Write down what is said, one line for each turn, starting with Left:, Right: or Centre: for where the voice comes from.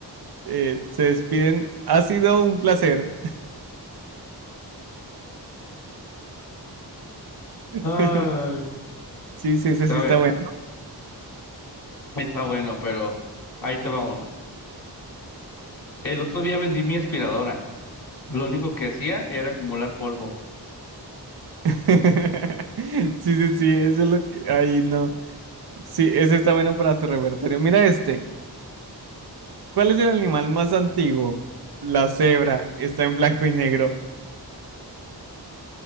Right: Eh, se despiden. Ha sido un placer. <laughs>
Left: Ay.
Right: Sí, sí, ese
Left: A
Right: sí está
Left: ver.
Right: bueno.
Left: Está bueno, pero ahí te va uno. El otro día vendí mi aspiradora. Lo único que hacía era acumular polvo.
Right: <laughs> Sí, sí, sí, eso es lo que... Ay, no. Sí, ese está bueno para tu repertorio. Mira este. ¿Cuál es el animal más antiguo? La cebra. Está en blanco y negro.